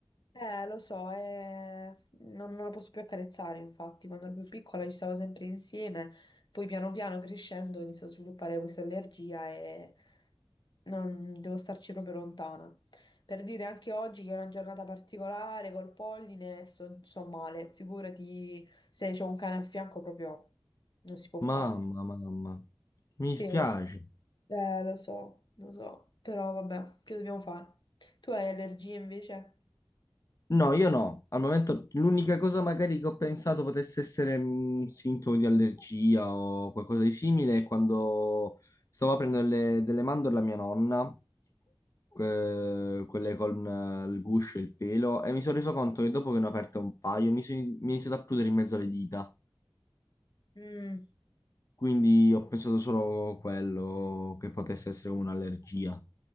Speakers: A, on the left; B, on the left.
A: Eh, lo so, eh, non, non la posso più accarezzare, infatti, quando ero più piccola ci stavo sempre insieme, poi piano piano crescendo inizio a sviluppare questa allergia e non devo starci proprio lontana. Per dire anche oggi che è una giornata particolare col polline, sto, sto male, figurati se c'ho un cane a fianco proprio non si può fare.
B: Mamma, mamma, mi
A: Sì,
B: dispiace.
A: eh, lo so, lo so, però vabbè, che dobbiamo fare? Tu hai allergie invece?
B: No, io no. Al momento l'unica cosa magari che ho pensato potesse essere un sintomo di allergia o qualcosa di simile è quando stavo aprendo delle, delle mandorle a mia nonna, que- quelle con eh, il guscio e il pelo, e mi sono reso conto che dopo che ne ho aperte un paio mi, sono- mi è iniziato a prudere in mezzo alle dita.
A: Mm.
B: Quindi ho pensato solo quello che potesse essere un'allergia.